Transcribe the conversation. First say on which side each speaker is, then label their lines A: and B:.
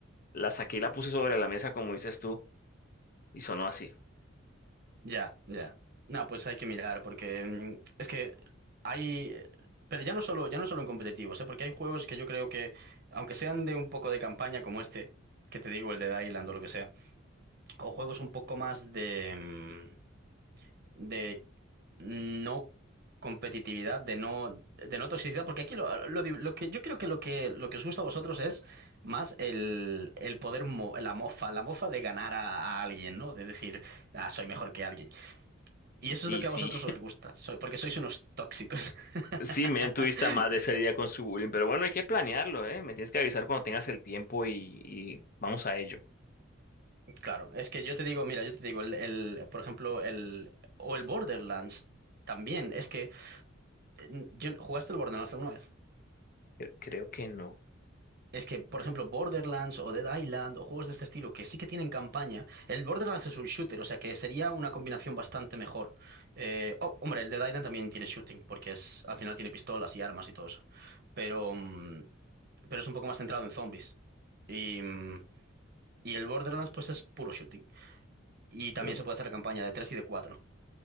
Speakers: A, on the left; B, on the right.
A: la saqué y la puse sobre la mesa como dices tú y sonó así.
B: Ya, ya. No, pues hay que mirar, porque mm, es que hay. eh, Pero ya no solo, ya no solo en competitivos, ¿eh? Porque hay juegos que yo creo que, aunque sean de un poco de campaña, como este, que te digo, el de Island o lo que sea, o juegos un poco más de, mm, de no competitividad, de no, de no toxicidad, porque aquí lo, lo di- lo que yo creo que lo que lo que os gusta a vosotros es más el, el poder, mo- la mofa, la mofa de ganar a, a alguien, ¿no? De decir, ah, soy mejor que alguien. Y eso
A: Y
B: es lo que
A: sí.
B: a vosotros os gusta, so- porque sois unos tóxicos. <laughs>
A: Sí, men, tuviste a más de ese día con su bullying, pero bueno, hay que planearlo, ¿eh? Me tienes que avisar cuando tengas el tiempo y, y vamos a ello.
B: Claro, es que yo te digo, mira, yo te digo, el, el- por ejemplo, el, o el Borderlands también, es que, eh, yo- ¿jugaste el Borderlands alguna vez?
A: Cre- Creo que no.
B: Es que, por ejemplo, Borderlands o Dead Island o juegos de este estilo que sí que tienen campaña, el Borderlands es un shooter, o sea que sería una combinación bastante mejor. Eh, oh, hombre, el Dead Island también tiene shooting, porque es, al final tiene pistolas y armas y todo eso, pero, mm, pero es un poco más centrado en zombies. Y, mm, Y el Borderlands, pues es puro shooting. Y también
A: Bueno,
B: se puede hacer la campaña de 3 y de 4.